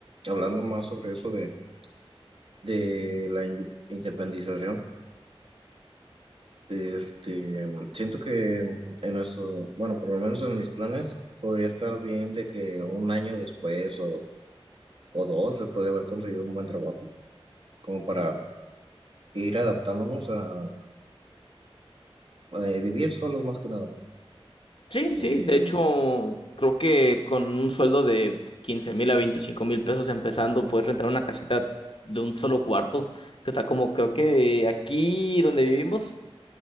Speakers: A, on the right; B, on the left.
A: hablando más sobre eso de, de la indi- independización, Este, siento que en nuestro, bueno, por lo menos en mis planes, podría estar bien de que un año después o, o dos, después de haber conseguido un buen trabajo, como para ir adaptándonos a, a, eh, vivir solos más que nada.
B: Sí,
A: Eh,
B: sí, de hecho, creo que con un sueldo de quince mil a veinticinco mil pesos empezando, puedes rentar una casita de un solo cuarto, que está como, creo que aquí donde vivimos,